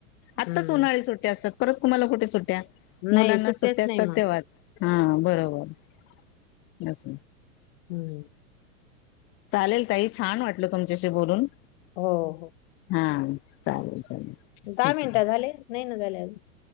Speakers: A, on the left; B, on the left.
A: आत्ताच
B: हं.
A: ऊन्हाळी सुट्ट्या असतात परत तुम्हाला कुठे सुट्ट्या..
B: नाही
A: मुलांना
B: सुट्ट्याच
A: सुट्टे असतात,,
B: नाही मग.
A: तेव्हाच हा बरोबच
B: हम्म..
A: चालेल ताई छान वाटलं तुमच्याशी बोलून..
B: होऽ होऽ
A: हा,, चालेल. चालेल
B: दहा
A: ठीक
B: मिनटं
A: आहे
B: झाले,, नाही ना झाले अजून,.